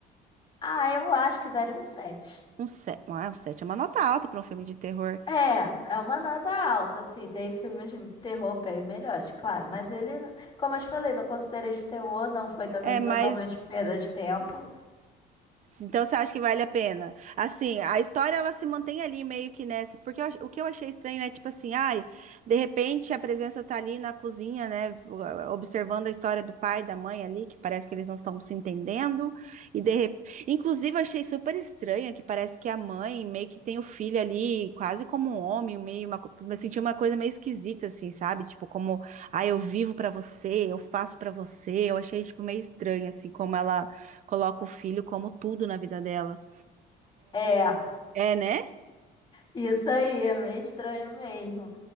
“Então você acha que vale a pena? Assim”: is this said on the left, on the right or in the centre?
Right